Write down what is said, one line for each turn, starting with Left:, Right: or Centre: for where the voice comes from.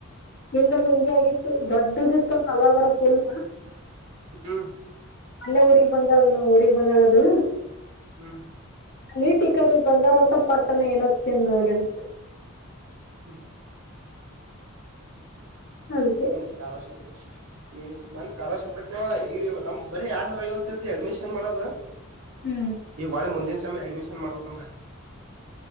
Left: ಹಿಂದೊಮ್ಮಿ ಹಿಂಗೆ ಆಗಿತ್ತು ದೊಡ್ಡದಿತ್ತಂತ ಅವಾಗರ ಫುಲ್
Right: ಹ್ಮ
Left: ಅಲ್ಲೆ ಊರಿಗ್ ಬಂದಾಳೆನ್ನೆ ಊಗ್ ಬಂದಾಗದು
Right: ಹ್ಮ್
Left: ಕಮಿಟಿ ಕಡಿಂದ ಬಂದಾರ ಪಟ್ಟಣ ಏನೋ ತಿಂದು ಹೋಗ್ಯಾರ
Right: ಹ್ಮ್
Left: ಅದಕ್ಕೆ
Right: ನಿಮು ಶ್ಕೋಲೇಶಿಪ್ ಈ ಮನ್ಸ ಸ್ಕಾಲರ್ಶಿಪ್ಟ್ಟವ ಈ ನಮ್ ಬರೀ ಎರಡನೇ ನೂರ ಐವತ್ತು ಅಡ್ಮಿಷನ್ ಮಾಡೋದ
Left: ಹ್ಮ್
Right: ಈಗ ಹೊಳ್ ಮುಂದಿನ ಸೆಮ್ಮ ಅಡ್ಮಿಷನ್ ಮಾಡಬೇಕಂದ್ರ